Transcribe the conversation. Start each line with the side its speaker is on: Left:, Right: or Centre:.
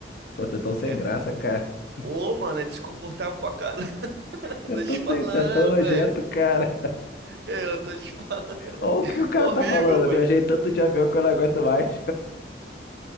Left: Pô, tá tão sem
Right: É
Left: graça,
Right: muito.
Left: cara. <laughs>
Right: Ô, mano, é desconfortável pra caramba. <laughs>
Left: Tá
Right: Tô
Left: tão,
Right: te falando,
Left: sem, tá tão nojento,
Right: velho.
Left: cara.
Right: É, eu tô te falando.
Left: Olha o que o cara
Right: É horrível,
Left: tá falando.
Right: mano.
Left: Eu viajei tanto de avião que eu não aguento mais. <laughs>